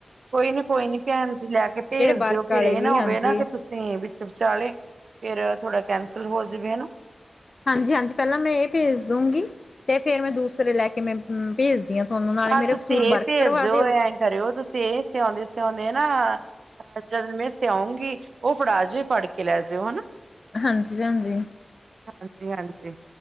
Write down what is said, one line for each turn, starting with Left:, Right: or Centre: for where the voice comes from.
Right: ਕੋਈ ਨੀ ਕੋਈ ਨੀ ਭੈਨ ਜੀ ਲੈ ਕੇ ਭੇਜ
Left: ਵਰਕ
Right: ਦਿਓ ਫ਼ਿਰ
Left: ਵਾਲੇ
Right: ਇਹ
Left: ਵੀ
Right: ਨਾ ਹੋਵੇ
Left: ਹਾਂਜੀ
Right: ਨਾ ਕਿ ਤੁ ਤੇ ਵਿੱਚ ਵਿਚਾਲੇ ਫੇਰ ਥੋੜਾ ਕੈਂਸਲ ਹੋ ਜਵੇ ਹਨਾ
Left: ਹਾਂਜੀ ਹਾਂਜੀ ਪਹਿਲਾਂ ਮੈਂ ਇਹ ਭੇਜ਼ ਦੁੰਗੀ ਤੇ ਫੇਰ ਮੈਂ ਦੂਸਰੇ ਲੈ ਕੇ ਮੈ ਮੈ ਭੇਜ਼ ਆਂ ਤੁਹਾਨੂੰ ਨਾਲੇ
Right: ਆਹ
Left: ਮੇਰੇ
Right: ਤੁਸੀਂ
Left: ਸੂਟ
Right: ਇਹ
Left: ਵਰਕ
Right: ਭੇਜ
Left: ਕਰਵਾ ਦਿਓ
Right: ਐਂ ਕਰਿਓ ਤੁਸੀਂ ਇਹ ਸਿਆਉਂਦੇ ਸਿਆਉਂਦੇ ਨਾ ਜਦ ਮੈਂ ਸਿਓਉਂਗੀ ਉਹ ਫੜਾ ਜੀ ਉਹ ਫੜ ਕੇ ਲੈ ਜਿਓ ਹਨਾ
Left: ਹਾਂਜੀ ਭੈਨ ਜੀ
Right: ਹਾਂਜੀ ਹਾਂਜੀ